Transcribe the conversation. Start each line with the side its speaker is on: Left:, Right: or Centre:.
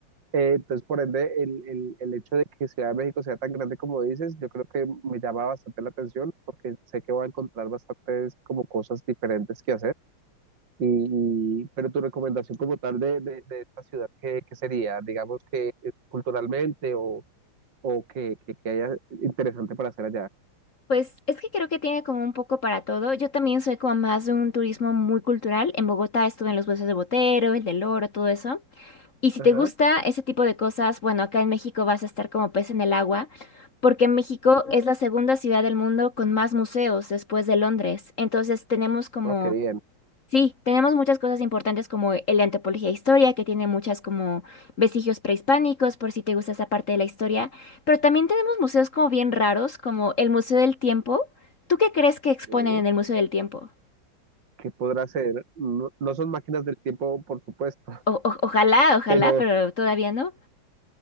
Right: Eh, entonces, por ende, el, el, el hecho de que Ciudad de México sea tan grande como dices, yo creo que me llama bastante la atención porque sé que voy a encontrar bastantes como cosas diferentes que hacer. Y, y- pero tu recomendación como tal de, de, de esta ciudad, ¿qué, qué sería? Digamos que eh, culturalmente o, o que, que, que haya interesante para hacer allá.
Left: Pues es que creo que tiene como un poco para todo. Yo también soy como más de un turismo muy cultural. En Bogotá estuve en los Buesos de Botero, el del Oro, todo eso. Y si
Right: Ajá,
Left: te gusta ese tipo de cosas, bueno, acá en México vas a estar como pez en el agua, porque México es la segunda ciudad del mundo con más museos después de Londres. Entonces tenemos como,
Right: oh, qué bien.
Left: sí, tenemos muchas cosas importantes como el de antropología e historia, que tiene muchas como vestigios prehispánicos, por si te gusta esa parte de la historia. Pero también tenemos museos como bien raros, como el Museo del Tiempo. ¿Tú qué crees que exponen
Right: Eh,
Left: en el Museo del Tiempo?
Right: ¿Qué podrá hacer? No, no son máquinas del tiempo, por supuesto,
Left: O- o- ojalá, ojalá,
Right: <laughs> pero...
Left: pero todavía no.